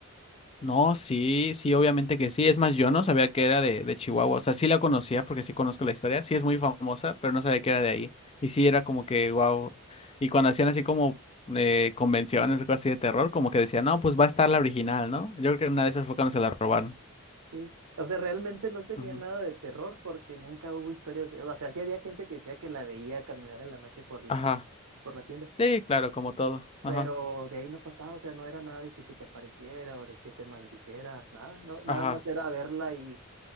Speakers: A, on the left; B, on the right.
A: No, sí, sí, obviamente que sí. Es más, yo no sabía que era de, de Chihuahua. O sea, sí la conocía porque sí conozco la historia. Sí es muy famosa, pero no sabía que era de ahí. Y sí era como que, wow. Y cuando hacían así como eh, convenciones o cosas así de terror, como que decían, no, pues va a estar la original, ¿no? Yo creo que una de esas fue cuando se la robaron.
B: Sí, o sea, realmente no tenía
A: Ujú.
B: nada de terror porque nunca hubo historias de... O sea, sí había gente que decía que la veía caminar en la noche por la,
A: Ajá.
B: por la tienda,
A: Sí, claro, como todo. Ajá.
B: pero de ahí no pasaba, o sea, no era nada de que se te apareciera o de que te maldijera, nada, no, nada
A: Ajá.
B: más era verla y